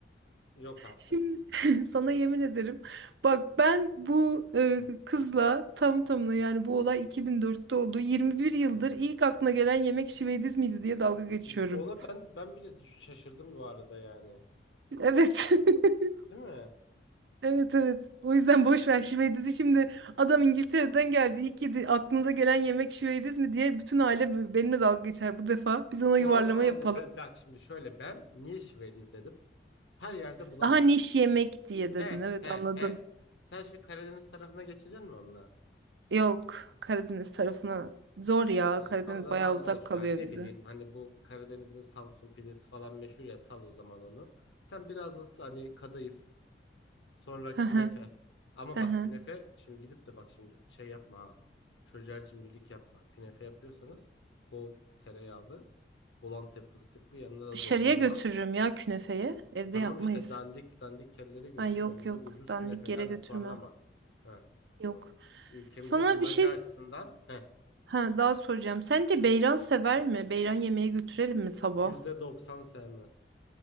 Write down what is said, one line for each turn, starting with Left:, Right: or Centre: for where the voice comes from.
Left: Yok artık.
Right: Şimdi <laughs> sana yemin ederim. Bak ben bu e,
Left: Hı
Right: kızla tam tamına yani bu olay 2004'te oldu. 21 yıldır
Left: hı
Right: ilk
Left: hı.
Right: aklına gelen yemek şivediz miydi diye dalga geçiyorum.
Left: E, Ona ben ben bile düş- şaşırdım bu arada yani.
Right: Evet. <laughs>
Left: Değil mi?
Right: Evet evet. O yüzden boş ver şivedizi. Şimdi adam İngiltere'den geldi. İlk yedi aklınıza gelen yemek şivediz mi diye bütün aile benimle dalga geçer bu defa. Biz ona
Left: O
Right: yuvarlama
Left: zaman hani
Right: yapalım.
Left: ben bak şimdi şöyle ben niye şiveli izledim? Her yerde bulamaz.
Right: Daha niş yemek diye dedin.
Left: He
Right: Evet
Left: he
Right: anladım.
Left: he. Sen şu Karadeniz tarafına geçeceksin mi onunla?
Right: Yok Karadeniz tarafına zor ya.
Left: Ee, o
Right: Karadeniz
Left: zaman
Right: bayağı uzak
Left: boş
Right: kalıyor
Left: ver. Ne
Right: bize.
Left: bileyim hani bu Karadeniz'in Samsun pidesi falan meşhur ya sal o zaman onu. Sen biraz da hani kadayıf Sonra
Right: Hı
Left: künefe.
Right: hı,
Left: Ama
Right: hı
Left: bak
Right: hı.
Left: künefe şimdi gidip de bak şimdi şey yapma ha. Çocuğa cimrilik yapma. Künefe yapıyorsanız bol tereyağlı, bol antep fıstıklı yanına da
Right: Dışarıya
Left: dondurma.
Right: götürürüm ya künefeye. Evde
Left: Tamam
Right: yapmayız.
Left: işte dandik dandik yerlere götürme.
Right: Ay yok
Left: Bir
Right: yok.
Left: de ucuz
Right: Dandik
Left: künefeler
Right: yere götürmem.
Left: ısmarlama. He
Right: Yok.
Left: tamam. Ülkemizin
Right: Sana
Left: imajı
Right: bir şey
Left: açısından he
Right: ha, daha soracağım. Sence beyran sever mi? Beyran yemeğe götürelim mi sabah?
Left: %90 sevmez.